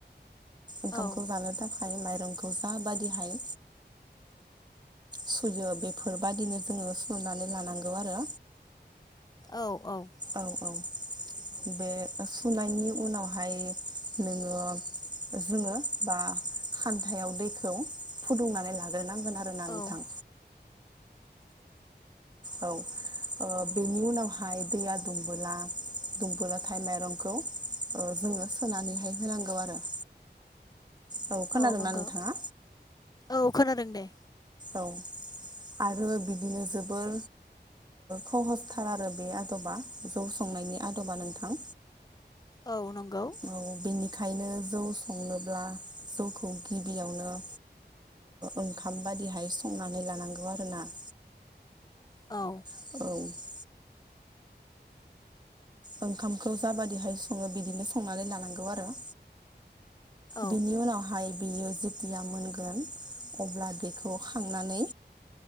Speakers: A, on the right; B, on the left.
A: ओंखामखौ
B: औ
A: जानो थाखाय माइरंखौ जाबादिहाय सुयो बेफोरबायाददिनो जोङो सुनानै लानांगौ आरो
B: औ औ
A: औ औ बे सुनायनि उनावहाय नोङो जोङो बा खान्थायाव दैखौ फुदुंनानै लाग्रोनांगोन आरो ना नोंथां?
B: औ
A: औ। बेनि उनावहाय दैया दुमबोला दुमबोलाथाय माइरंखौ जोङो सोनानैहाय होनांगौ आरो। औ। खोनादोंना
B: औ नंगौ।
A: नोंथाङा
B: औ खोनादों दे।
A: औ आरो बिदिनो जोबोर खहसथार आरो बे आदबा जौ संनायनि आदबा नोंथां
B: औ नंगौ
A: औ बेनिखायनो जौ संनोब्ला जौखौ गिबियावनो ओंखाम बायदिहाय संनानै लानांगौ आरोना
B: औ
A: औ ओंखामखौ जाबादिहाय सङो बिदिनो संनानै लानांगौ आरो
B: औ
A: बिनि उनावहाय बेयो जेथिया मोनगोन अब्ला बेखौ खांनानै